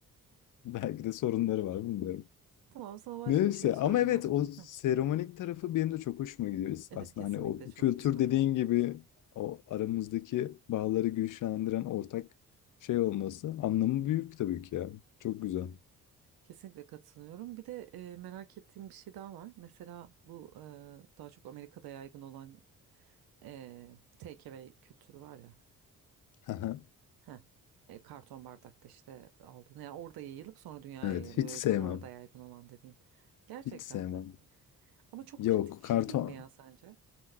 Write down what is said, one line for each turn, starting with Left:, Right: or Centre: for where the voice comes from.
Left: belki de sorunları var bilmiyorum.
Right: Tamam sana başka
Left: Neyse
Right: bir şey sorayım
Left: ama evet
Right: o zaman.
Left: o
Right: Hı.
Left: seremonik tarafı benim de çok hoşuma gidiyor Biz
Right: Evet
Left: aslında
Right: kesinlikle
Left: hani o
Right: çok
Left: kültür
Right: güzel.
Left: dediğin gibi o aramızdaki bağları güçlendiren ortak şey olması anlamı büyük tabii ki ya çok güzel.
Right: Kesinlikle katılıyorum. Bir de e, merak ettiğim bir şey daha var. Mesela bu e, daha çok Amerika'da yaygın olan e, takeaway kültürü var ya.
Left: Aha.
Right: Heh, E, karton bardakta işte aldın. Yani orada yayılıp sonra dünyaya
Left: Evet
Right: yayılıyor.
Left: hiç
Right: O
Left: sevmem
Right: yüzden orada yaygın olan dediğim. Gerçekten
Left: hiç sevmem
Right: mi? Ama çok
Left: yok
Right: pratik bir
Left: karton
Right: şey değil mi ya sence?